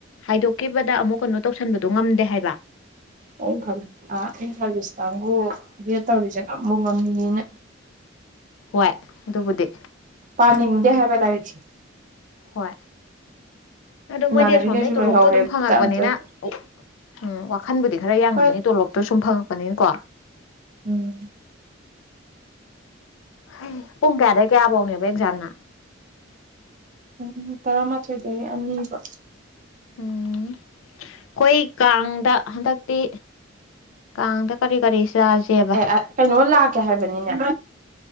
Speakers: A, on the left; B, on the right.
A: ꯍꯥꯏꯗꯣꯛꯈꯤꯕꯗ ꯑꯃꯨꯛ ꯀꯩꯅꯣ ꯇꯧꯁꯟꯕꯗꯣ ꯉꯝꯗꯦ ꯍꯥꯏꯕ
B: ꯑꯣꯪ ꯈꯜꯂꯤ ꯑ ꯏꯪꯈꯥꯂꯁ ꯀꯥꯡꯕꯨ ꯒꯦꯠ ꯇꯧꯔꯤꯁꯦ ꯉꯝꯕꯨ ꯉꯝꯃꯤꯅ
A: ꯍꯣꯏ ꯑꯗꯨꯕꯨꯗꯤ
B: ꯄꯅꯤꯦ ꯍꯥꯏꯕ ꯂꯥꯛꯦꯆ
A: ꯍꯣꯏ ꯑꯣ
B: ꯏꯃꯥꯟꯅꯕꯤꯈꯩꯁꯨ
A: ꯃꯣꯏꯗꯤ ꯑꯁꯣꯝꯗꯩ ꯇꯣꯂꯣꯞꯇꯣ
B: ꯂꯣꯏꯍꯧꯔꯦ
A: ꯑꯗꯨꯝ
B: ꯒ꯭ꯔꯨꯞꯇ
A: ꯐꯪꯉꯛꯄꯅꯤꯅ
B: ꯑꯝꯇꯣꯏꯕ
A: ꯑꯣ ꯎꯝ ꯋꯥꯈꯟꯕꯨꯗꯤ ꯈꯔ ꯌꯥꯉꯝꯅꯤ
B: ꯍꯣꯏ
A: ꯇꯣꯂꯣꯞꯇ ꯁꯨꯝ ꯐꯪꯉꯛꯄꯅꯤꯅꯀꯣ
B: ꯎꯝ
A: ꯍ ꯄꯨꯡ ꯀꯌꯥꯗꯒꯤ ꯀꯌꯥ ꯐꯧꯅꯦꯕ ꯑꯦꯛꯖꯥꯝꯅ
B: ꯎꯝ ꯇꯔꯥꯃꯥꯊꯣꯏꯗꯒꯤ ꯑꯅꯤꯕ
A: ꯎ ꯑꯩꯈꯣꯏ ꯀꯥꯡꯗ ꯍꯟꯗꯛꯇꯤ ꯀꯥꯡꯗ ꯀꯔꯤ ꯀꯔꯤꯁꯖꯤꯕ
B: ꯑꯦ ꯀꯩꯅꯣ ꯂꯥꯛꯀꯦ ꯍꯥꯏꯕꯅꯤꯅꯦ